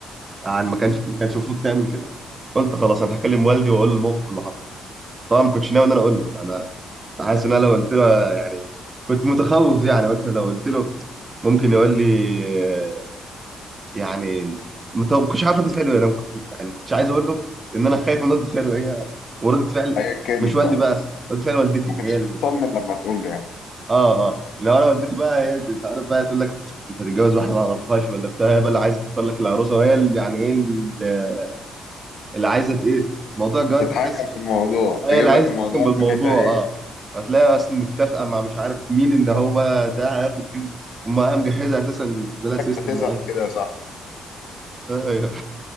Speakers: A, on the right (about 25°); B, on the left (about 70°).
A: عن ما كانش ما كانش المفروض تعمل كده قلت خلاص انا هكلم والدي واقول له الموقف اللي حصل طبعا ما كنتش ناوي ان انا اقول له انا كنت حاسس ان انا لو قلت له يعني كنت متخوف يعني قلت لو قلت له ممكن يقول لي آه، يعني مت- ما كنتش عارف رد فعله إيه. انا كنت يعني ما كنتش عايز اقول له ان انا خايف من رد فعله هي ورده فعل
B: أيا كانت
A: مش والدي
B: بقى
A: بقى
B: بس
A: رد فعل والدتي
B: ما كنتش
A: هي
B: مطمن لما تقول له يعني
A: اه اه لو انا والدتي بقى هي انت عارف بقى تقول لك انت هتتجوز واحده ما اعرفهاش ولا بتاع هي بقى اللي عايزه تختار لك العروسه وهي اللي يعني ايه اللي اللي عايزه ايه موضوع الجواز
B: تتحكم
A: ده تحس ان
B: في الموضوع
A: هي
B: تجيب
A: اللي عايزه
B: لك الموضوع
A: تتحكم بالموضوع
B: من ناحيتها هي
A: اه هتلاقي اصلا متفقه مع مش عارف مين ان هو ده هياخد دي هم مجهزه اساسا بلا سيستم
B: هتزعل
A: معين
B: كده يا صاحبي
A: ايوه